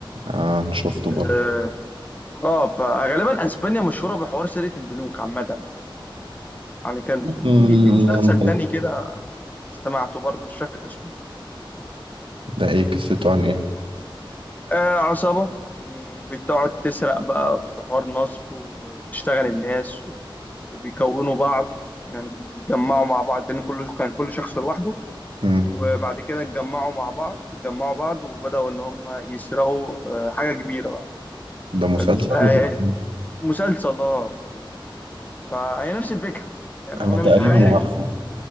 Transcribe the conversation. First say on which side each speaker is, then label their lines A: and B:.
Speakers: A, on the right; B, on the left.
A: آه أنا شفته برضه
B: اه آه، فغالبا اسبانيا مشهوره بحوار سرقه البنوك عامه يعني كان في
A: المسلسلات
B: في مسلسل تاني كده استمعته برضه مش فاكر اسمه
A: ده ايه قصته عن ايه
B: آه عصابة مم، بتقعد تسرق بقى في حوار نصب وبتشتغل الناس و- وبيكونوا بعض يعني بيتجمعوا مع بعض لأن كل كان كل شخص لوحده
A: مم.
B: وبعد كده اتجمعوا مع بعض اتجمعوا بعض وبدأوا إن هم يسرقوا آه، حاجة كبيرة بقى
A: ده مسلسل
B: فاهمني؟ آه،
A: ولا فيلم؟
B: مسلسل اه فهي نفس الفكرة يعني
A: انا
B: أنا
A: تقريبا
B: مش عارف
A: عارفه